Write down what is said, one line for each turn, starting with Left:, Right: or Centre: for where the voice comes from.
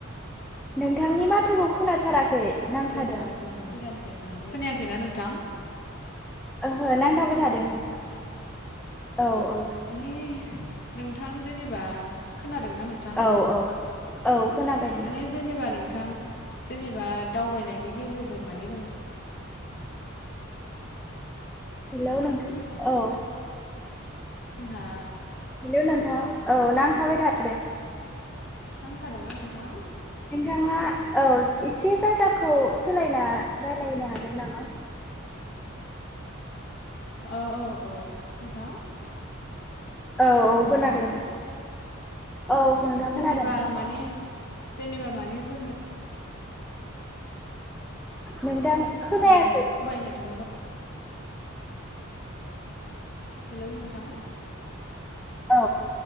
Centre: नोंथांनि बाथ्राखौ खोनाथाराखै। नांथादों
Left: जेनेबा जोङो दाबसे जायगानिफ्राय थांनो, खोनायाखैना नोंथां?
Centre: ओहो नांथाबाय थादों नोंथां। औ औ।
Left: माने नोंथां जेनेबा खोनादोंना नोंथां?
Centre: औ औ खोनाबाय नोंथां
Left: माने जेनेबा नोंथां जेनेबा दावबायनायनि गेजेरजों माने नों
Centre: हेलौ नोंथां औ।
Left: हा
Centre: हेलौ नोंथां औ नांथाबाय थादों। नोंथाङा
Left: नांथादोंना नोंथां
Centre: औ एसे जायगाखौ सोलायना रायलायनो हागोन नामा?
Left: औ औ औ नोंथां।
Centre: औ औ
Left: हेलौ
Centre: खोनादों
Left: नोंथां।
Centre: औ नोंथां
Left: जेनेबा
Centre: खोनादों
Left: माने जेनेबा माने जोङो
Centre: नोंथां खोनायाखै
Left: ओ थाबायनो थाङोबा हेलौ नोंथां।
Centre: औ